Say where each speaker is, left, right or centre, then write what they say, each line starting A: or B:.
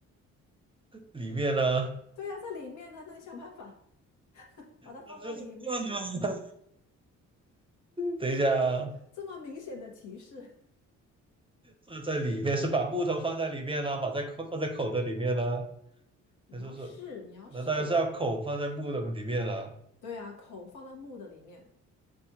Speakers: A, on the right; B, on the left.
A: 里面呢，
B: 对呀、在里面呢。那你想办法把它放到里面。
A: 那不就是罐吗？<laughs>
B: <laughs>
A: 等一下啊，
B: 我都这么明显的提示，
A: 放在里面是把木头放在里面呢、把在口放在口的里面呢、
B: 你要试，
A: 还是说，
B: 你要试。
A: 那当然是要口放在木的里面了、
B: 对呀、口放在木的里面。